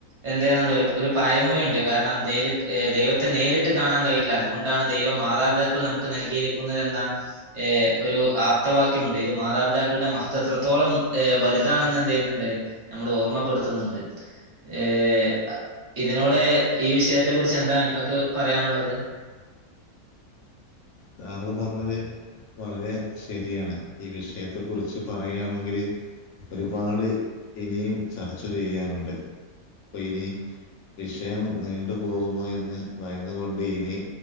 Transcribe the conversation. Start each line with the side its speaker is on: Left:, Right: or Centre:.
Right: എന്തേന്നാണ്ട് ഒരു ഒരു പയമൊഴി ഉണ്ട് കാരണം ദൈവത്തെ ദൈവത്തെ നേരിട്ട് കാണാൻ കഴിയില്ല അതുകൊ ണ്ടാണ് ദൈവം മാതാപിതാക്കളെ നമുക്ക് നൽകിയിരിക്കുന്നത് എന്ന ഏഹ് ഒരു ആപ് ത്ത വാക്യമുണ്ട് ഇത് മാതാപിതാക്കളുടെ മഹത്വം എത്രത്തോളം ഏഹ് വലുതാണെന്ന് എന്ത് ചെയ്യുന്നുണ്ട് നമ്മളെ ഓർമ്മപ്പെടുത്തുന്നുണ്ട് ഏഹ് ഇതിനോട് ഈ വിഷയത്തെ കുറിച്ച് എന്താണ് നിങ്ങക്ക് പറയാനുള്ളത്?
Left: താങ്കൾ പറഞ്ഞത് വളരെ ശരിയാണ് ഈ വിഷയത്തെ കുറിച്ച് പറയാണെങ്കില് ഒരുപാട് ഇനിയും ചർച്ച ചെയ്യാനുണ്ട് പ്പൊ ഇനി വിഷയം നീണ്ടു പോകുമോ എന്ന് ഭയന്നു കൊണ്ട് ഇനി